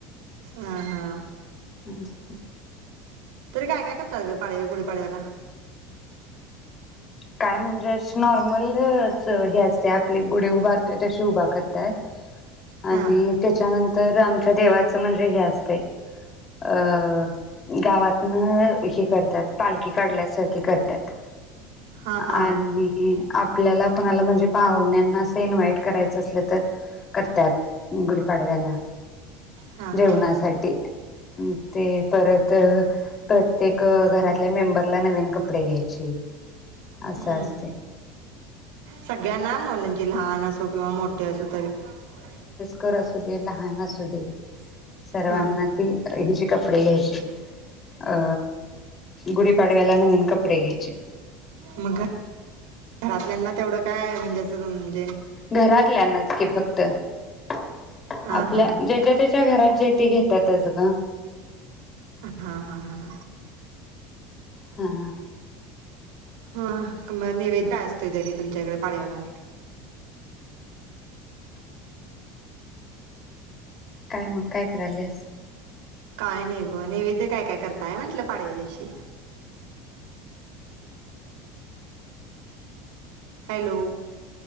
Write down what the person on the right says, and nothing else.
हह हा
तरी काय काय करतात ग पाडव्या गुढीपाडव्याला
हा
हा हा
हा
हा
हम्म
सगळ्यांना मुलं जे म्हणजे लहान असो किंवा मोठे असो तरी पण
हा
म् घरा् घरातल्यांना तेवढं काय म्हणजे असं जम्
हा हा
हं हं हं
ह मग नैवेद्य काय असतोय तरी तुमच्याकडे पाडव्याला.
काय नाही बग नैवेद्य काय काय करताय म्हटलं पाडव्या दिवशी हॅलो